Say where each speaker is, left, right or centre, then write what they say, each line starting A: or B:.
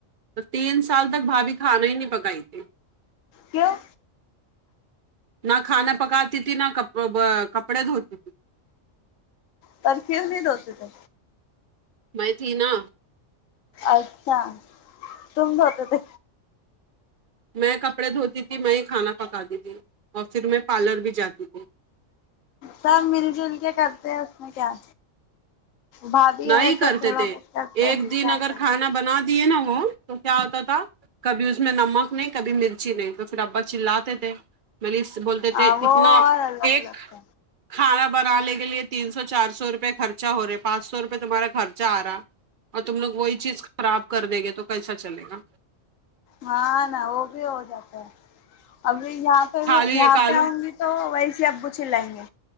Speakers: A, on the right; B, on the left.
A: تو تین سال تک بھابھی کھانا ہی نہیں پکائی تھی
B: کیوں
A: نہ کھانا پکاتی تھی نہ ک کپڑے دھوتی تھی
B: پر کیوں نہیں دھوتے تھے
A: میں تھی نا
B: اچھا تم دھوتے تھے
A: میں کپڑے دھوتی تھی میں یہ کھانا پکاتی تھی اور پھر میں پارلر بھی جاتی تھی
B: سب مل جل کے کرتے ہیں اس میں کیا بھابھی
A: نہ
B: ہے
A: ہی
B: تو
A: کرتے
B: تھوڑا
A: تھے
B: بہت کرتے
A: ایک
B: ہیں
A: دن
B: کیا
A: اگر
B: کرنا
A: کھانا بنا دیے نا وہ تو کیا ہوتا تھا کبھی اس میں نمک نہیں کبھی مرچی نہیں تو پھر ابا چلاتے تھے غلیظ بولتے
B: ہاں
A: تھے
B: وہ
A: اتنا
B: اور الگ
A: ایک
B: الگ
A: کھانا بنانے کے لیے تین سو چار سو روپے خرچا ہو رہا ہے پانچ سو روپے پ تمہارا خرچہ آ رہا اور تم لوگ وہی چیز خراب کر دیں گے تو کیسا چلے گا
B: ہاں نا وہ بھی ہو جاتا ہے ابھی یہاں پہ
A: خالی
B: بھی یہاں
A: ایک آلو
B: پہ آؤں گی تو ویسے ابو چلائیں گے